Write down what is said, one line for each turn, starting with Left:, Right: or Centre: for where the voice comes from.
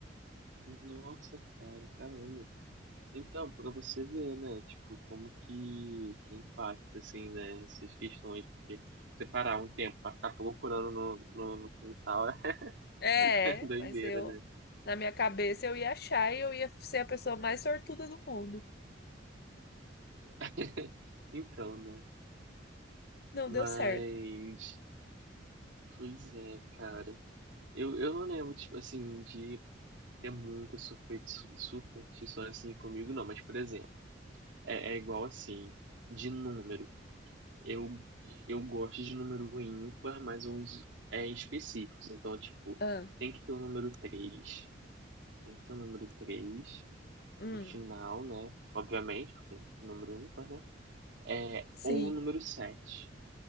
Right: Nossa, cara, caramba. Então, pra você ver, né? Tipo, como que, que impacta, assim, né? Essas questões. Porque separar um tempo pra ficar procurando no, no, no quintal <laughs>
Left: É,
Right: é doideira,
Left: mas eu,
Right: né?
Left: na minha cabeça, eu ia achar e eu ia ser a pessoa mais sortuda do mundo.
Right: <laughs> Então, né?
Left: Não
Right: Mas.
Left: deu certo.
Right: Pois é, cara. Eu, eu não lembro, tipo, assim, de ter muita surpre- su- superstição assim comigo, não. Mas, por exemplo, é, é igual assim, de número. Eu, eu gosto de número ímpar, mas uns é, específicos. Então, tipo,
Left: Ah,
Right: tem que ter o número 3 Tem que ter o número 3
Left: hum,
Right: no final, né? Obviamente, porque é número ímpar, né? É,
Left: sim,
Right: ou o número sete